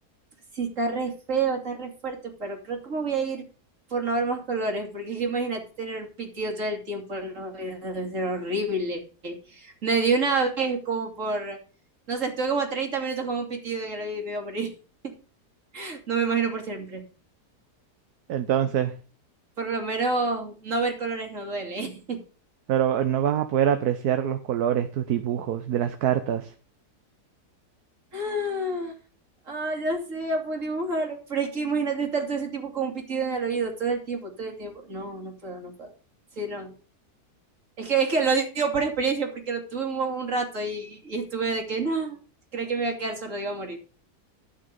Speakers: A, on the right (about 50°); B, on the right (about 75°).
A: Sí, está re feo, está re fuerte, pero creo que me voy a ir por no ver más colores, porque es que imagínate tener un pitido todo el tiempo en los oídos, debe ser horrible. Me dio una vez como por, no sé, estuve como 30 minutos con un pitido en el oído y me iba a morir. <laughs> No me imagino por siempre.
B: Entonces,
A: Por lo menos no ver colores no duele. <gasps>
B: pero no vas a poder apreciar los colores, tus dibujos de las cartas.
A: <laughs> Ah, ah, ya sé, ya puedo dibujar. Pero es que imagínate estar todo ese tiempo con un pitido en el oído, todo el tiempo, todo el tiempo. No, no puedo, no puedo. Sí, no. Es que, es que lo digo por experiencia, porque lo tuve un, un rato y, y estuve de que, no, creo que me iba a quedar sordo, iba a morir.